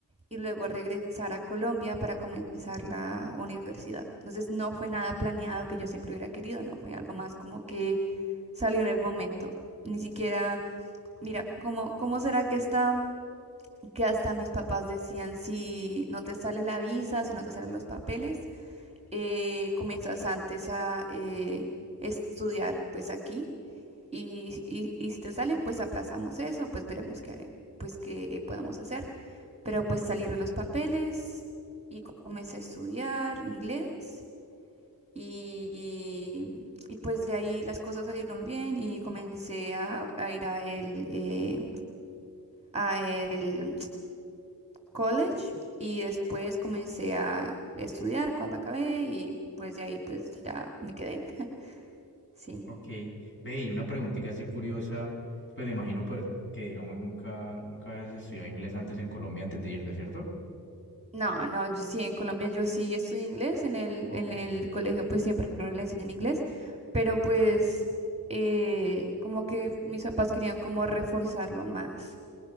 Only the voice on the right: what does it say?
y luego regresar a Colombia para comenzar la universidad. Entonces no fue nada planeado que yo siempre hubiera querido, no, fue algo más como que salió en el momento. Ni siquiera, mira, ¿cómo, cómo será que hasta, que hasta mis papás decían, si no te sale la visa, si no te salen los papeles, eh, comienzas antes a eh, estudiar pues aquí y, y, y si te salen, pues aplazamos eso, pues veremos qué, pues qué eh, podemos hacer. Pero pues salieron los papeles y comencé a estudiar inglés y, y, pues de ahí las cosas salieron bien y comencé a, a ir a el, eh, a el college y después comencé a estudiar cuando acabé y pues de ahí pues ya me quedé. Sí.
No, no, yo sí, en Colombia yo sí estudié inglés, en el,
en el colegio pues siempre le enseñan inglés, pero pues eh, como que mis papás querían como reforzarlo más,